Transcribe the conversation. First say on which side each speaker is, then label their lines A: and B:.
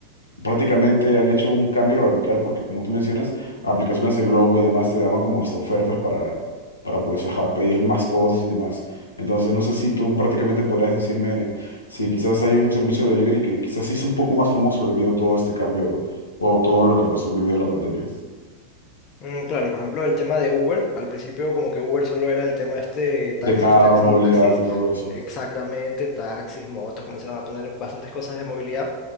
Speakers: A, on the left; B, on the left.
A: prácticamente han hecho un cambio radical porque como tú mencionas, aplicaciones de Globo y demás te daban como hasta ofertas para, para pues ajá, pedir más cosas y demás. Entonces no sé si tú prácticamente podrías decirme si quizás hay un servicio de delivery que quizás se hizo un poco más famoso debido a todo este cambio o todo lo que pasó debido a la pandemia.
B: Mm, claro, por ejemplo, el tema de Uber, al principio como que Uber solo era el tema este taxis,
A: De carros,
B: taxis
A: movilidad
B: y taxis,
A: y todo eso.
B: exactamente, taxis, motos, comenzaron a poner bastantes cosas de movilidad.